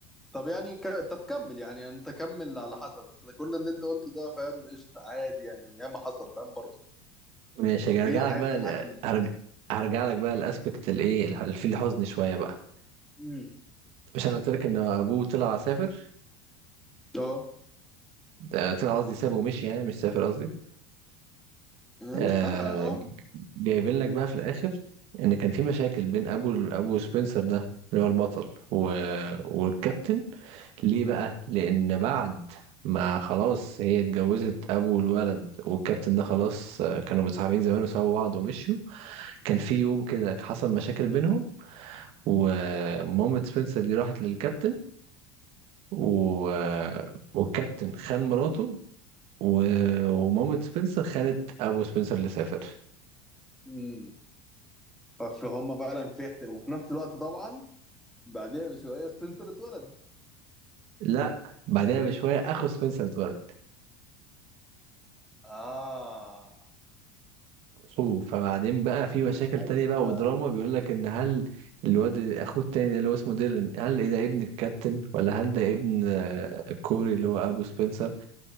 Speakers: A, in the centre; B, on the right.
A: طب يعني ك... طب كمل يعني انت كمل على حسب بس كل اللي انت قلته ده فاهم قشطة عادي يعني ياما حصل فاهم برضه
B: ماشي
A: ففي
B: هرجع
A: حاسس
B: لك بقى
A: الحاجة
B: ل...
A: اللي
B: هرج... هرجع لك بقى الاسبكت الايه الح- في الحزن شوية بقى
A: امم
B: مش انا قلت لك ان ابوه طلع سافر
A: اه
B: ده- طلع قصدي سابه ومشي يعني مش سافر قصدي آه
A: مش فارقة اه
B: جايبين لك بقى في الاخر ان كان في مشاكل بين ابو ابو سبنسر ده اللي هو البطل و... والكابتن ليه بقى لان بعد ما خلاص هي اتجوزت ابو الولد والكابتن ده خلاص آه، كانوا متصاحبين زمان وسابوا بعض ومشيوا كان في يوم كده حصل مشاكل بينهم ومامة سبنسر دي راحت للكابتن و... آه، والكابتن خان مراته و... ومامة سبنسر خانت ابو سبنسر اللي سافر
A: كابتن فهم فعلا في احت... وفي نفس الوقت طبعا بعدها بشويه سبنسر اتولد
B: لا بعدها بشويه اخو سبنسر اتولد
A: اه
B: اخوه فبعدين بقى في مشاكل
A: اللعيبه
B: تانية بقى ودراما بيقول لك ان هل الواد اخوه التاني ده اللي هو اسمه ديلان هل إيه ده ابن الكابتن ولا هل ده ابن آه، الكوري اللي هو ابو سبنسر